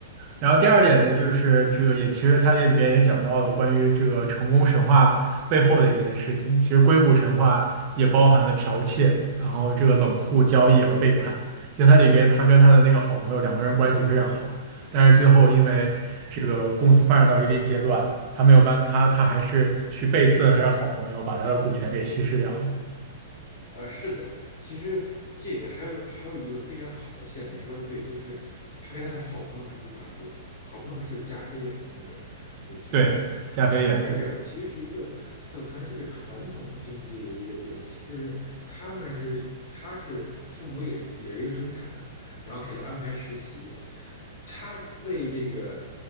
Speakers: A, on the right; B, on the left.
A: 然后第二点呢，就是这个也其实他也里边也讲到了关于这个成功神话背后的一些事情。其实硅谷神话也包含了剽窃，然后这个冷酷交易和背叛。其实他里边他跟他的那个好朋友两个人关系非常好，但是最后因为这个公司发展到一定阶段，他没有办他他还是去背刺了他的好朋友，把他的股权给稀释掉了。
B: 呃，是的，其实这个还有还有一个非常好的线，你说对，就是他跟他的好朋友是无法沟通的。好朋友就是加菲演的那个那个角色，
A: 对，加菲演的，
B: 他代表的其实是一个在我看来是个传统经济的一个典型，就是他们是他是父母也是也是一个中产，然后给他安排实习，他为这个